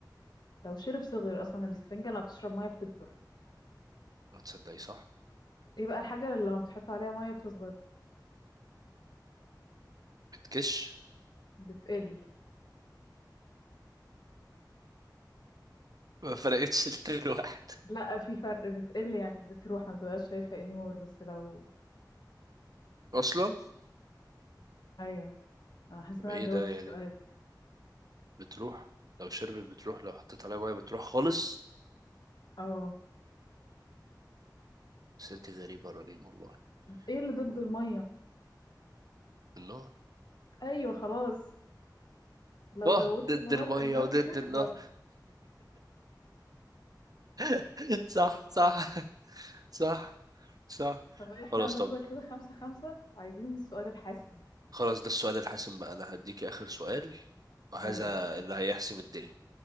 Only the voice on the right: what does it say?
هتصدقي صح؟
بتكش
<laughs> ما فرقتش التين واحد
أصلا
طب
ايه
ده يعني
بتروح لو شربت بتروح لو حطيت عليها مية بتروح خالص
سألتي غريبة رنيم والله
و-
النار
واه
ضد
المية
وضد
النار <laughs> صح صح صح صح
خلاص
طب
خلاص ده السؤال الحاسم بقى انا هديك اخر سؤال وهذا
اللي هيحسم الدنيا